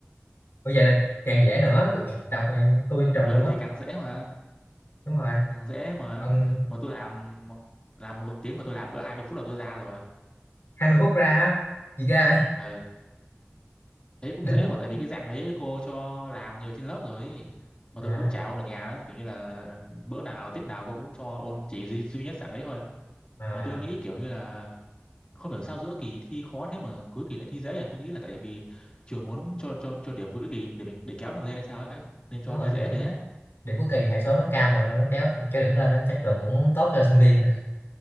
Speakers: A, on the left (about 60°); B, on the left (about 25°).
A: có vậy là càng dễ nữa đọc là tôi trùm
B: Ừ
A: luôn á
B: thì càng dễ mà,
A: đúng rồi
B: càng dễ mà
A: ông
B: mà tôi làm làm một tiếng mà tôi làm cỡ 20 phút là tôi ra rồi.
A: 20 phút ra á gì ra vậy
B: Ờ, đấy cũng
A: đỉnh
B: dễ mà tại vì cái dạng đấy cô cho làm nhiều trên lớp rồi ấy. Mà
A: à,
B: tôi cũng chả ôn ở nhà đó, kiểu như là bữa nào tiết nào cô cũng cho ôn chỉ duy, duy nhất dạng đấy thôi.
A: à,
B: Mà tôi nghĩ kiểu như là không hiểu sao giữa kỳ thi khó thế mà cuối kỳ lại thi dễ à tôi nghĩ là tại vì trường muốn cho cho cho điểm cuối kỳ để mình để kéo mình lên hay sao ấy nên cho
A: đúng rồi
B: thi dễ
A: điểm
B: thế
A: điểm cuối kỳ hệ số nó cao mà nên nó kéo kéo điểm lên á chắc trường cũng tốt cho sinh viên <laughs>